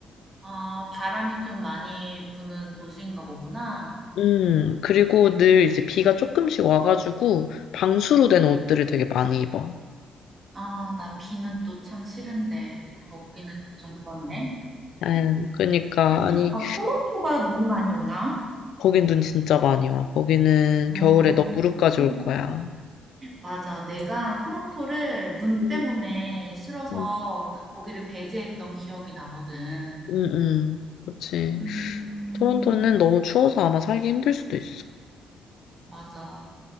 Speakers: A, on the right; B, on the left.
A: 아, 바람이 좀 많이 부는 도시인가 보구나.
B: 음, 그리고 늘 이제 비가 조금씩 와가지고 방수로 된 옷들을 되게 많이 입어.
A: 아, 나 비는 또 참 싫은데, 거기는 좀 그렇네.
B: 아유, 그러니까 아니
A: 아, 토론토가 눈이 많이 오나?
B: 거긴 눈 진짜 많이 와. 거기는
A: 어,
B: 겨울에 너 무릎까지
A: 그치.
B: 올 거야.
A: 맞아. 내가 토론토를 눈
B: 음,
A: 때문에 싫어서
B: 음,
A: 거기를 배제했던 기억이 나거든.
B: 음, 음. 그치.
A: 음,
B: 토론토는 너무 추워서 아마 살기 힘들 수도 있어.
A: 맞아.